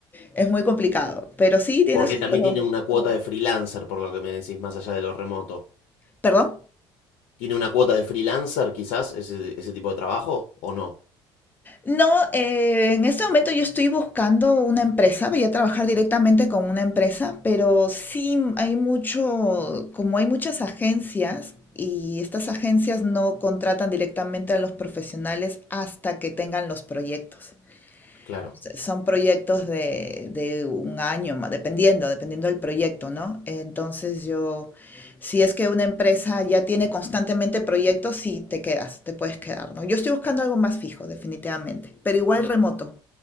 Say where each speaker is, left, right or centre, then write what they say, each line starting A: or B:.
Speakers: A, on the left (about 20°); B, on the left (about 80°).
A: es muy complicado. Pero sí tienes,
B: Porque también
A: pero,
B: tiene una cuota de freelancer, por lo que me decís, más allá de lo remoto.
A: perdón.
B: ¿Tiene una cuota de freelancer quizás ese, ese tipo de trabajo o no?
A: No, eh, en este momento yo estoy buscando una empresa, voy a trabajar directamente con una empresa, pero sí hay mucho, como hay muchas agencias y estas agencias no contratan directamente a los profesionales hasta que tengan los proyectos.
B: Claro,
A: sea, Son proyectos de, de un año, ma- dependiendo, dependiendo del proyecto, ¿no? Entonces yo, si es que una empresa ya tiene constantemente proyectos, sí te quedas, te puedes quedar, ¿no? Yo estoy buscando algo más fijo, definitivamente, pero igual remoto.